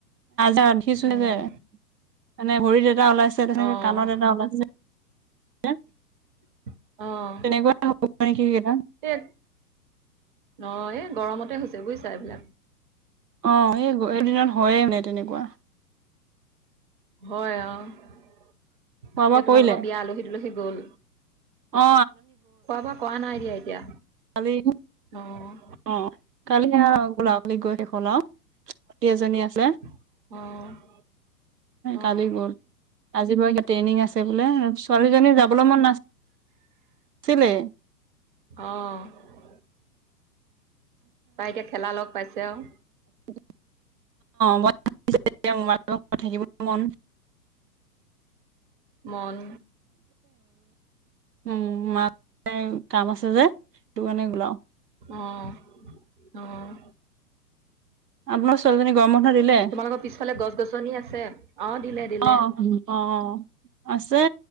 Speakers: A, on the right; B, on the right.
A: দেখিছোঁ
B: উম,
A: যে মানে ভৰিত এটা ওলাইছে তেনেকে
B: অ',
A: কাণত এটা ওলাইছে।
B: অ',
A: তেনেকুৱা হ'ব নেকি সেইকেইটা
B: অ', এই গৰমতে হৈছে বুজিছা এইবিলাক
A: অ', ই এদিনত হয়ে নাই তেনেকুৱা
B: হয় অ এতিয়া
A: খোৱা বোৱা
B: তোমালোকৰ
A: কৰিলে
B: বিয়া আলহী দুলহী গ'ল।
A: অ
B: খোৱা বোৱা কৰা নাই দিয়া এতিয়া
A: আলহি
B: অ'।
A: অ কালি আহ গোলাাপলী গৈ শেষল আৰু স এজনী আছে
B: অ', অ',
A: কালি গ'ল। আজি বাৰু এয়া ট্ৰেইনিং আছে বোলে ছোৱালীজনী যাবলৈ মন নাছিল চিলে
B: অ', তাইকে খেলা লগ পাইছে আৰু
A: <unintelligible> মো লগ থাকিব মন
B: মন
A: উম কাম আছে যে তোৰ কাৰণে ওলাও
B: আহ, আহ
A: আপোনাক ছোৱালীজনীক গৰম বন্ধ দিলে
B: তোমালোকৰ পিছফালে গছ গছনি আছে অ', দিলে দিলে
A: আহ আহ আছে